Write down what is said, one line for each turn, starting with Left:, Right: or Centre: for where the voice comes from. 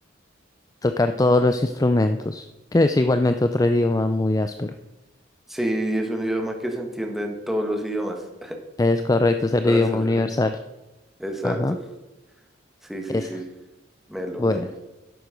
Left: Tocar todos los instrumentos, que es igualmente otro idioma muy áspero.
Centre: Sí, es un idioma que se entiende en todos los idiomas.
Left: Es correcto, es el
Centre: <laughs> Para
Left: idioma
Centre: ser
Left: universal.
Centre: exacto.
Left: Ajá,
Centre: Sí, sí,
Left: esa.
Centre: sí. Melo,
Left: Bueno.
Centre: melo.